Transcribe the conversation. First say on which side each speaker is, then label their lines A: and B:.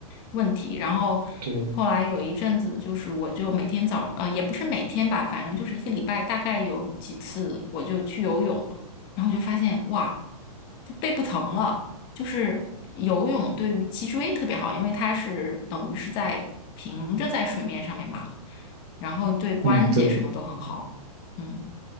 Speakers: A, on the left (about 25°); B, on the right (about 75°).
A: 问题。然后后来有一阵子，
B: 对，
A: 就是我就每天早，呃，也不是每天吧，反正就是一个礼拜大概有几次，我就去游泳，然后就发现哇，就背不疼了。就是游泳对于脊椎特别好，因为它是等于是在平着在水面上面嘛，然后对关节什么都很好。
B: 嗯，对。
A: 嗯，